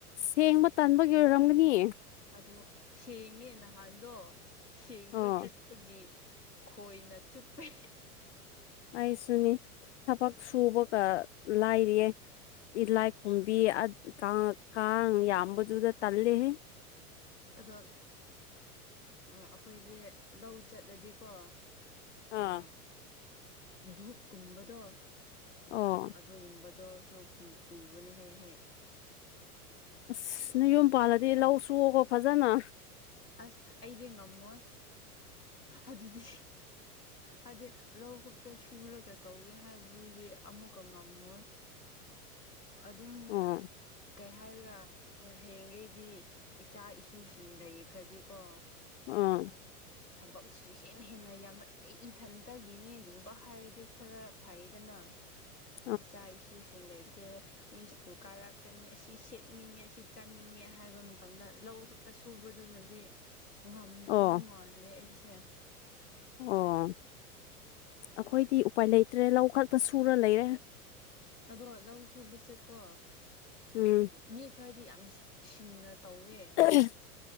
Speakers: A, on the left; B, on the left.
A: ꯁꯦꯡꯕ ꯇꯟꯕꯒꯤ ꯑꯣꯏꯔꯝꯒꯅꯤ
B: ꯑꯗꯣ ꯁꯦꯡꯉꯦ ꯅꯍꯥꯟꯗꯣ ꯁꯦꯡꯕ
A: ꯑꯣ
B: ꯆꯠꯄꯒꯤ ꯈꯣꯏꯅ ꯆꯨꯞꯄꯦ
A: ꯑꯩꯁꯨꯅꯤ ꯊꯕꯛ ꯁꯨꯕꯒ ꯂꯥꯏꯔꯤꯌꯦ ꯇꯤꯂꯥꯏ ꯈꯣꯝꯕꯤ ꯑ ꯀ ꯀꯥꯡ ꯌꯥꯝꯕꯗꯨꯗ ꯇꯜꯂꯦꯍꯦ
B: ꯑꯗꯣ ꯑꯩꯈꯣꯏꯁꯦ ꯂꯧ ꯆꯠꯂꯗꯤꯀꯣ
A: ꯑꯥ
B: ꯑ ꯙꯨꯞ ꯀꯨꯝꯕꯗꯣ ꯑꯥ
A: ꯑꯣ
B: ꯑꯗꯨꯒꯨꯝꯕꯗꯣꯁꯨ ꯄꯨꯕꯅꯦ ꯍꯦꯛ ꯍꯦꯛ
A: ꯑꯁ ꯅ ꯌꯨꯝꯄꯥꯜꯂꯗꯤ ꯂꯧ ꯁꯨꯑꯣ ꯀꯣ ꯐꯖꯅ
B: ꯑꯁ ꯑꯩꯗꯤ ꯉꯝꯃꯣꯏ ꯑꯗꯨꯗꯤ ꯍꯥꯏꯗꯤ ꯂꯧ ꯈꯛꯇ ꯁꯨꯔꯒ ꯇꯧꯒꯦ ꯍꯥꯏꯕꯗꯨꯗꯤ ꯑꯃꯨꯛꯀ ꯉꯝꯃꯣꯏ
A: <inaudible>
B: ꯑꯗꯨꯝ
A: ꯑꯣ
B: ꯀꯩ ꯍꯥꯏꯔꯥ ꯍꯣꯏ ꯍꯌꯦꯡꯈꯩꯗꯤ ꯏꯆꯥ ꯏꯁꯨ ꯁꯤꯡ ꯂꯩꯈ꯭ꯔꯗꯤꯀꯣ
A: ꯎꯝ
B: ꯊꯕꯛꯁꯨ ꯍꯦꯟꯅ ꯍꯦꯟꯅ ꯌꯥꯝꯃꯛ ꯏꯊꯟꯇꯒꯤꯅꯦꯒꯨꯝꯕ ꯍꯥꯏꯔꯗꯤ ꯈꯔ ꯐꯩꯗꯅ
A: <inaudible>
B: ꯏꯆꯥ ꯏꯁꯨꯁꯤꯡꯈꯩꯗꯤ ꯃꯤ ꯁꯀ꯭ꯨꯜ ꯀꯥꯔꯛꯀꯅꯤ ꯑꯁꯤ ꯁꯦꯠꯅꯤꯡꯉꯦ ꯑꯁꯤ ꯆꯥꯅꯤꯡꯉꯦ ꯍꯥꯏꯕ ꯃꯇꯝꯗ ꯂꯧ ꯇ ꯁꯨꯕꯗꯨꯅꯗꯤ ꯉꯝꯗꯣꯏꯕ
A: ꯑꯣ
B: ꯃꯥꯟꯗꯦ ꯑꯩꯁꯦ
A: ꯑꯣ ꯑꯩꯈꯣꯏꯗꯤ ꯎꯄꯥꯏ ꯂꯩꯇ꯭ꯔꯦ ꯂꯧ ꯈꯛꯇ ꯁꯨꯔ ꯂꯩꯔꯦ
B: ꯑꯗꯣ ꯂꯧ ꯁꯨꯕꯁꯦꯀꯣ
A: ꯎꯝ
B: ꯃꯤ ꯈꯔꯗꯤ ꯌꯥꯝ ꯁꯤꯡꯅ ꯇꯧꯋꯦ
A: <unintelligible>